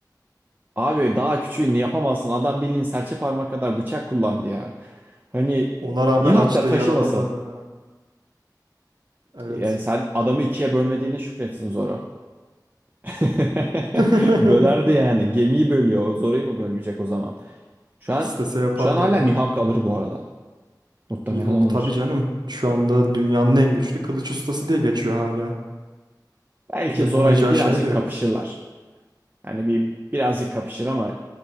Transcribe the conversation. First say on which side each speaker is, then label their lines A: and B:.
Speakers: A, on the right; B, on the right.
A: abi daha küçüğünü yapamazsın. Adam bildiğin serçe parmak kadar bıçak kullandı ya. Hani
B: Ona rağmen
A: Mihawk
B: açtığı
A: da taşımasın.
B: yaralar da fena. Evet.
A: Yani sen adamı ikiye bölmediğine şükretsin Zoro. <laughs>
B: <laughs>
A: Bölerdi yani. Gemiyi bölüyor. O Zoro'yu mu bölmeyecek o zaman? Şu an
B: İstese yapardı
A: şu an hala
B: orada.
A: Mihawk alır bu arada. Muhtemelen
B: Mihawk
A: alır.
B: tabii canım. Şu anda dünyanın en güçlü kılıç ustası diye geçiyor hala.
A: Belki
B: Yapamayacağı
A: Zoro ile birazcık
B: şey de yok.
A: kapışırlar. Yani bir birazcık kapışır ama